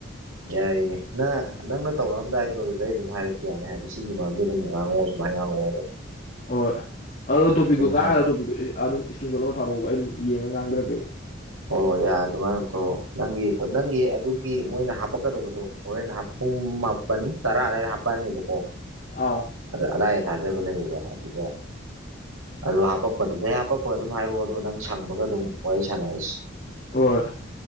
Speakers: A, on the right; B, on the left.
A: ꯌꯥꯏꯌꯦ ꯅꯪ ꯅꯪꯅ ꯇꯧꯔꯛꯑꯝꯗꯥꯏꯗꯣ ꯑꯗꯨꯗꯩ ꯑꯗꯨꯝ ꯍꯥꯏꯔꯛꯀꯦꯅ ꯍꯥꯏꯗꯤ ꯁꯤꯒꯤ ꯃꯔꯝꯗꯣ ꯑꯗꯨꯝ ꯉꯥꯡꯉꯣ ꯃꯗꯨ ꯃꯥꯏ ꯉꯥꯡꯉꯛꯑꫭ
B: ꯍꯣꯏ ꯑꯣ ꯇꯣꯄꯤꯛꯇꯣ ꯉꯥꯡꯉꯒ
A: ꯍꯥꯏꯔꯛꯀꯦ
B: ꯇꯣꯄꯤꯛꯇꯣ ꯑꯗꯨꯝ ꯏꯁꯀ꯭ꯔꯤꯟ ꯁꯣꯠ ꯂꯧꯔ ꯊꯥꯔꯛꯑꯣ ꯑꯩ ꯑꯗꯨꯝ ꯌꯦꯡꯉ ꯉꯥꯡꯔ꯭ꯔꯒꯦꯕ
A: ꯑꯣꯏ ꯌꯥꯏ ꯑꯗꯨꯃꯥꯏꯅ ꯇꯧ ꯅꯪꯒꯤ ꯅꯪꯒꯤ ꯑꯗꯨꯒꯤ ꯃꯣꯏꯅ ꯍꯥꯄꯛꯀꯗꯧꯕꯗꯣ ꯍꯣꯔꯅ ꯄꯨꯡ ꯃꯥꯄꯟ ꯇꯔꯥ ꯑꯗꯨꯋꯥꯏꯗ ꯍꯥꯞꯄꯅꯦꯕꯀꯣ
B: ꯑꯥ
A: ꯑꯗ ꯑꯗꯥꯏꯗ ꯊꯥꯖꯕ ꯂꯩꯌꯦꯕ ꯑꯗꯨꯗ ꯑꯗꯣ ꯍꯥꯄꯛꯄꯗꯨꯗꯩ ꯍꯥꯄꯛꯄꯒ ꯑꯗꯨꯝ ꯍꯥꯏꯔꯛꯑꯣ ꯑꯗꯣ ꯅꯪ ꯁꯪꯕꯒ ꯑꯗꯨꯝ ꯋꯥꯔꯤ ꯁꯥꯟꯅꯔꯁꯤ
B: ꯍꫭꯏ